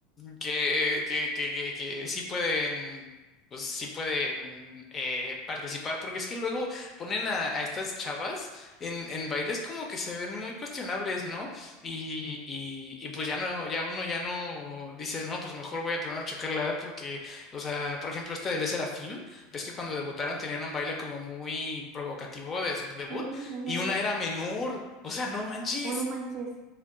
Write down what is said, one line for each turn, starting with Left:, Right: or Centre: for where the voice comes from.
Left: que, que, que, que, que sí pueden... Pues sí pueden eh, participar, porque es que luego ponen a, a estas chavas en, en bailes como que se ven muy cuestionables, ¿no? Y, y, y pues ya no, ya uno ya no dices, no, pues mejor voy a primero checar la edad porque, o sea, por ejemplo, este de Le Serafim, ves que cuando debutaron tenían un baile como muy provocativo de su debut
Right: ujú,
Left: y una era menor, o sea, no manches.
Right: Bueno, manches.